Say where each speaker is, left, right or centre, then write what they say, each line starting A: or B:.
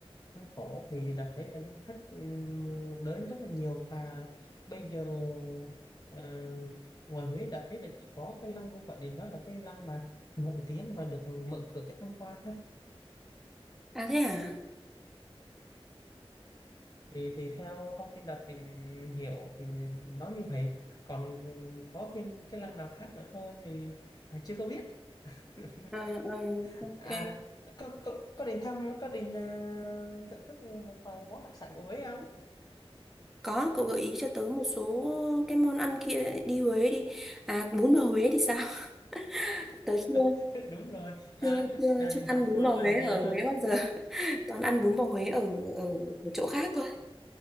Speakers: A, on the left; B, in the centre.
A: Phố cổ thì đã thấy là du khách ừm, đến rất là nhiều và bây giờ ờ, ngoài Huế đã thấy là chỉ có cái lăng Vua Khải Định đó là cái lăng mà nổi tiếng và được mở cửa cho tham quan thôi
B: À thế à?
A: thì thì theo thông tin đã tìm hiểu thì nó như vậy còn có thêm cái lăng nào khác nữa thôi thì à, chưa có biết <laughs>
B: Ờ, ờ, ok.
A: à có có, có đến thăm có đến ờ, thưởng thức một vài món đặc sản của Huế không
B: Có cậu gợi ý cho tớ một số cái món ăn kia đi Huế đi. À bún bò Huế thì sao? <laughs> Tớ chưa
A: <laughs> đúng rồi à,
B: chưa
A: đ-
B: chưa
A: đang
B: chưa
A: định
B: ăn
A: hỏi phường
B: bún bò
A: là
B: Huế
A: giờ
B: ở Huế bao giờ. <laughs> Toàn ăn bún bò Huế ở ở, ở chỗ khác thôi.